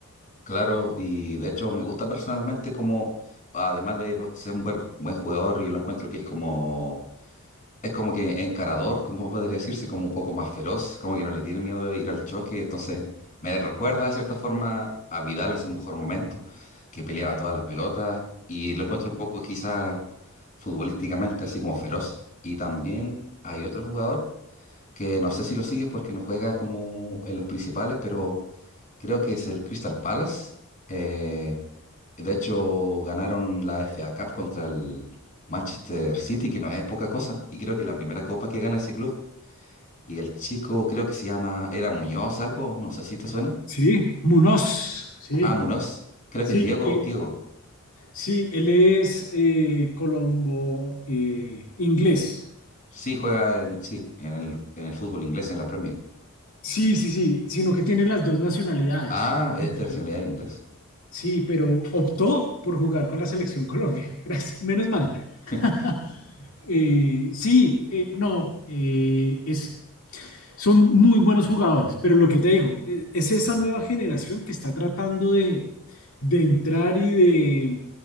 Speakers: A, on the left (about 40°); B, on the left (about 70°).
A: Claro, y de hecho me gusta personalmente como, además de bu- ser un buen, buen jugador, yo lo encuentro que es como, es como que encarador, como podría decirse, como un poco más feroz, como que no le tiene miedo de ir al choque, entonces me recuerda de cierta forma a Vidal en su mejor momento, que peleaba todas las pelotas, y lo encuentro un poco quizás futbolísticamente así como feroz. Y también hay otro jugador que no sé si lo sigues porque no juega como en los principales, pero creo que es el Crystal Palace. eh, de hecho, ganaron la FA Cup contra el Manchester City, que no es poca cosa. Y creo que es la primera copa que gana ese club. Y el chico creo que se llama, era Muñoz algo, no sé si te suena.
B: Sí, Munoz. Sí,
A: Ah, Muñoz. Creo
B: sí,
A: que es Diego,
B: y-
A: Diego.
B: sí, él es eh, colombo eh, inglés.
A: Sí, juega en, sí, en el, en el fútbol inglés, en la Premier.
B: Sí, sí, sí, sino que tiene las dos nacionalidades.
A: Ah, es
B: Y-
A: de nacionalidad inglés.
B: Sí, pero optó por jugar con la selección Colombia. <laughs> Gracias, menos mal.
A: <laughs>
B: <laughs> Eh, sí, eh, no, eh, es, son muy buenos jugadores, pero lo que te digo, eh, es esa nueva generación que está tratando de, de entrar y de